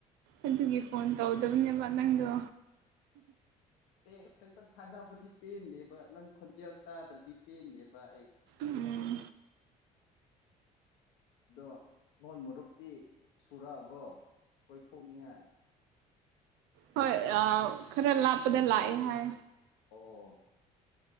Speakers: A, on the right; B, on the left.
A: ꯑꯗꯨꯒꯤ ꯐꯣꯟ ꯇꯧꯗꯕꯅꯦꯕ ꯅꯪꯗꯣ
B: ꯇꯦꯛꯁ ꯈꯛꯇ ꯊꯥꯅꯕꯗꯤ ꯄꯦꯟꯗꯦꯕ ꯅꯪ ꯈꯣꯟꯖꯦꯜ ꯇꯥꯗ꯭ꯔꯗꯤ ꯄꯦꯟꯗꯦꯕ ꯑꯩ
A: ꯎꯝ
B: ꯑꯗꯣ ꯅꯣꯏ ꯃꯔꯨꯞꯇꯤ ꯁꯨꯔꯛꯑꯕꯣ ꯀꯣꯏꯊꯣꯛꯅꯤꯡꯉꯥꯏ
A: ꯍꯣꯏ ꯈꯔ ꯂꯥꯞꯄꯗ ꯂꯥꯛꯑꯦ ꯍꯥꯏ
B: ꯑꯣ